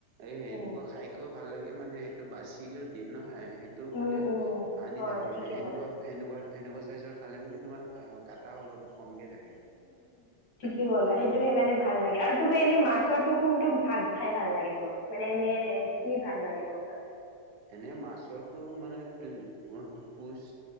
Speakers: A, on the right (about 70°); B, on the left (about 80°).
A: এই
B: উম
A: এটুকুৰ খাই খুব ভাল লাগে মানে সেইটো বাচিও দিয়ে নহয়। সেইটো
B: উম
A: মানে
B: উম
A: আনি
B: হয়
A: থাকোঁ,
B: ঠিকে
A: মানে সেনেকুৱা-সেনেকুৱা-সেনেকুৱা
B: ক'লা
A: চাইজৰ খালে মানে তোমাৰ কাটা অলপ কমকে থাকে।
B: কি হল
A: সেনেকুৱা
B: সেইটো সেইকাৰণে ভাল লাগে। আৰু তোমাৰ এনেই মাছৰটো কোনটো ভাগ খাই ভাল লাগে তোমাৰ? মানে এনে এ কি ভাল লাগে মাছৰ?
A: এনেই মাছৰটো মানে পুচ